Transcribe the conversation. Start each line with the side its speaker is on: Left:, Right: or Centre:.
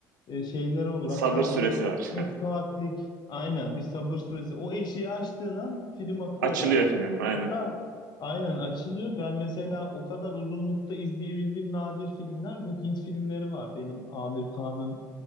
Left: e, şeyleri olur.
Right: Sabır
Left: Hatta
Right: süresi
Left: bu
Right: var.
Left: 3 saatlik aynen bir sabır süresi. O eşiği aştığın an film akıyor
Right: <laughs> Açılıyor
Left: yani.
Right: film aynen.
Left: Hatta aynen açılıyor. Ben mesela o kadar uzunlukta izleyebildiğim nadir filmler bu Hint filmleri var. Benim Amir Khan'ın